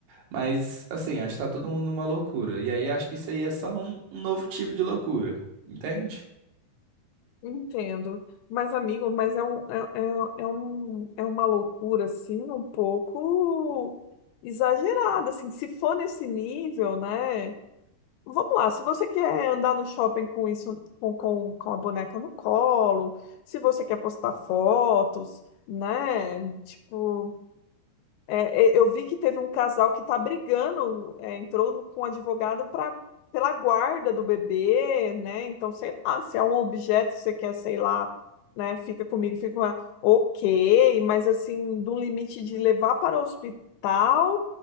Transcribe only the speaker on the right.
mas, assim, acho que tá todo mundo numa loucura, e aí acho que isso aí é só um, um novo tipo de loucura, entende?